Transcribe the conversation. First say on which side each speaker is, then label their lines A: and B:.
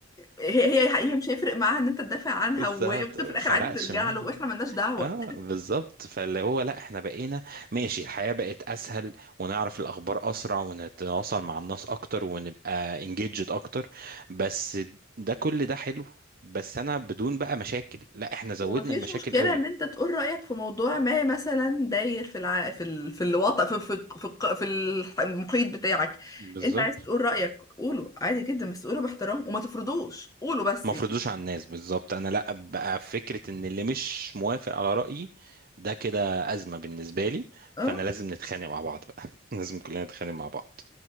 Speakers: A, on the left (about 15°); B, on the right (about 45°).
A: هي هي هي مش هيفرق معاها ان انت تدافع
B: <laughs>
A: عنها
B: بالظبط
A: وهي ممكن في الاخر
B: فرقش
A: عادي ترجع
B: معاها
A: له واحنا ملناش دعوه
B: اه بالظبط فاللي هو لا احنا بقينا ماشي الحياة بقت اسهل ونعرف الاخبار اسرع ونتواصل مع الناس اكتر ونبقى انجيجد اكتر بس ده كل ده حلو بس انا بدون بقى مشاكل لا احنا زودنا
A: ومفيش
B: المشاكل
A: مشكله
B: قوي
A: ان انت تقول رايك في موضوع ما مثلا داير في الع... في ال... في الوطن في في في, الق- في ال- المحيط بتاعك
B: بالظبط
A: انت عايز تقول رايك قوله عادي جدا بس قوله باحترام وما تفرضوش قوله بس
B: ما فرضوش على الناس بالظبط انا لا بقى فكرة ان اللي مش موافق على رأيي ده كده ازمة بالنسبة لي
A: اه
B: فانا لازم نتخانق مع بعض بقى <laughs> لازم كلنا نتخانق مع بعض